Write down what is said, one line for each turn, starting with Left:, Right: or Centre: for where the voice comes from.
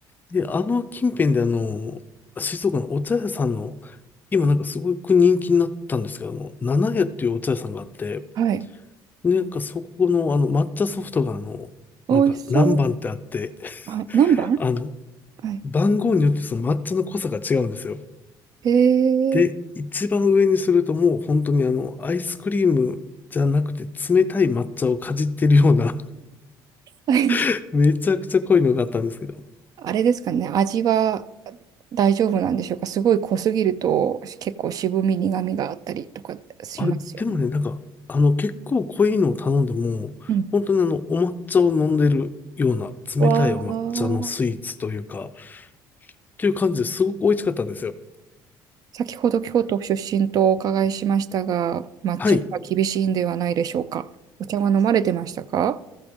Left: で、あの近辺であの、静岡のお茶屋さんの、今なんかすごく人気になったんですけど、あの、七屋っていうお茶屋さんがあって、
Right: はい。
Left: でなんかそこのあの抹茶ソフトがあの、
Right: 美味しそう。
Left: なんか何番ってあって、
Right: はい。何番
Left: あの、
Right: はい。
Left: 番号によってその抹茶の濃さが違うんですよ。
Right: へ
Left: で、
Right: え。
Left: 一番上にするともう本当にあの、アイスクリームじゃなくて冷たい抹茶をかじってるような
Right: <laughs>
Left: <laughs> めちゃくちゃ濃いのがあったんですけど。
Right: あれですかね、味は大丈夫なんでしょうか。すごい濃すぎると結構渋み、苦みがあったりとかしますよね。
Left: あ、でもね、なんか、あの、結構濃いのを頼んでも、
Right: うん。
Left: 本当にあの、お抹茶を飲んでるような冷たいお抹茶のスイーツというか、
Right: わあ。
Left: っていう感じですごく美味しかったんですよ。
Right: 先ほど京都出身とお伺いしましたが、抹茶は厳しいんではないでしょうか。
Left: はい。
Right: お茶は飲まれてましたか